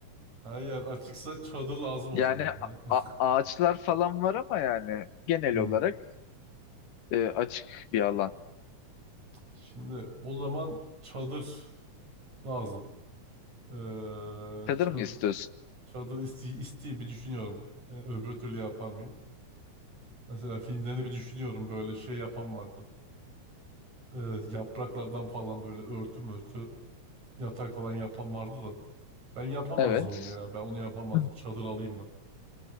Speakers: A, on the right; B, on the left.
A: Her yer açıksa çadır lazım
B: Yani
A: o zaman ya. <laughs>
B: a- ağaçlar falan var ama yani genel
A: Hmm.
B: olarak e, açık bir alan.
A: Şimdi o zaman çadır lazım. Ee,
B: Çadır
A: çadır,
B: mı istiyorsun?
A: çadır isteği, isteği bir düşünüyorum. Ee, öbür türlü yapar mıyım? Mesela filmlerini bir düşünüyorum böyle şey yapan vardı. Ee, yapraklardan falan böyle örtü mörtü yatak falan yapan vardı da. Ben yapamazdım
B: Evet.
A: onu ya. Ben onu yapamazdım.
B: Hı.
A: Çadır alayım ben.